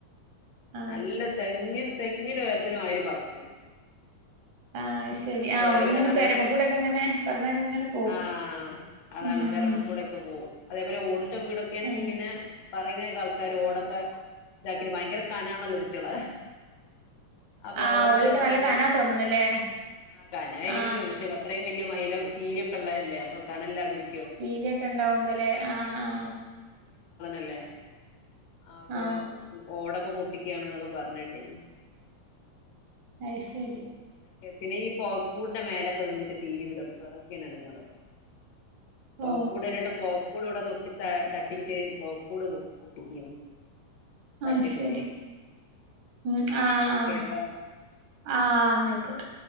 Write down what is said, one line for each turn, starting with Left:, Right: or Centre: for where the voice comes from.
Right: ആ
Left: നല്ല തെങ്ങിൻ ത ങ്ങിന്റെ ഒയരത്തിന് മയില് പറക്കും
Right: ആ അത് ശരി
Left: അപ്പൊ
Right: ആ
Left: അത്
Right: ഓലിങ്ങനെ
Left: കാരണം നമ്മള്
Right: പെരമ കൂടെയൊക്കെ ഇങ്ങനെ പറഞ്ഞ ഇങ്ങനെ പോവും
Left: ആ അതാണ്
Right: ഉം.
Left: പെരമക്കൂടൊക്കെ പോകും അതേപോലെ ഓടിട്ട വീടൊക്കേണെങ്കിൽ
Right: ആ.
Left: പിന്നെ പറയ്ണെക്കാ ആൾക്കാർ ഓട <unintelligible> ഭയങ്കര കനാണല്ലോ ഇതിറ്റാളെ അപ്പൊ
Right: ആ
Left: ഓടൊക്കെ
Right: ഓലൊക്കെ
Left: ചവിട്ടി
Right: നല്ല
Left: പൊട്ടിച്ചിട്ട്
Right: കന തോന്നണല്ലേ
Left: ആ കനായിരിക്കും
Right: ആ
Left: പക്ഷെ അത്രയും വലി <unintelligible> മയിലും പീലി ഒക്കെ ഉള്ളതല്ലെ അപ്പൊ കനല്ലാതിരി
Right: പീലിഒക്കെ ഇണ്ടാവുമ്പോ ലെ ആ ആ
Left: അല്ലേ അപ്പൊ
Right: ആ
Left: ഓടൊക്കെ പൊട്ട ക്കാണ് ന്നൊക്കെ പറഞേട്ടിന്ന്
Right: അയ് ശെരി
Left: <inaudible> പിന്നെ ഈ പൊകക്കൂടിന്റെ മേലൊക്കെ നിന്നിട്ട് പീലി വിടർത്തും അതൊക്കെണ് ഇടെങ്ങാറ് പൊകക്കൂട്
Right: ഓ
Left: രണ്ടും പൊകക്കൂട് ഇവിട തൊ തി ത തട്ടിറ്റ് പൊകക്കൂട് പോ പൊട്ടിച്ചീന്നു തട്ടിട്ടിട്ടേ
Right: ആ ശെരി ഉം
Left: എന്നാ
Right: ആ
Left: ഓക്കേട്ടോ
Right: ആ ആ ന്നായിക്കോട്ടെ